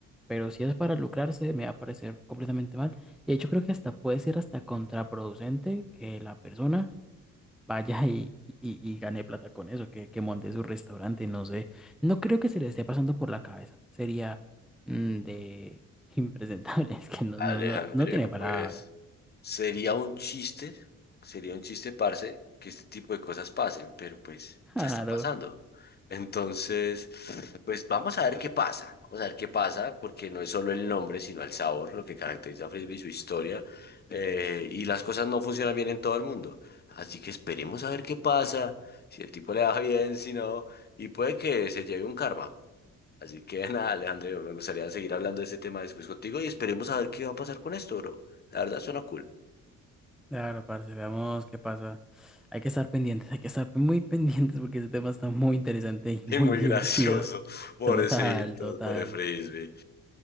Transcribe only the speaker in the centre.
pero si es para lucrarse, me va a parecer completamente mal. Y de hecho creo que hasta puede ser hasta contraproducente que la persona vaya y, y, y gane plata con eso, que, que monte su restaurante, no sé. No creo que se le esté pasando por la cabeza. Sería mm, de impresentable, <laughs> es que no,
no, no, no tiene palabra.
Claro.
Claro, parce, veamos qué pasa. Hay que estar pendientes, hay que estar muy pendientes porque ese tema está muy interesante y muy
<laughs> divertido.
Total, total.